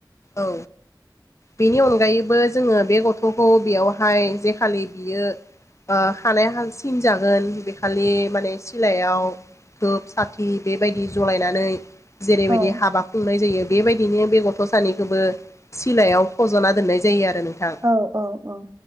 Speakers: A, on the left (about 40°); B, on the right (about 40°).
A: औ बेनि अनगायैबो जोङो बे गथ'खौ बेयाव। हाय जेखालि बियो ओ खानाय हाय सिन जागोन। खालि माने सिलायाव धोब साथि बेबायदि जलायनानै। जेरैबायदि
B: औ
A: हाबा खुंनाय जायो बेबायदिनो बे गथ' सानैखौबो। सिलायाव फज'ना दोननाय जायो आरो। नोंथां
B: औ औ औ।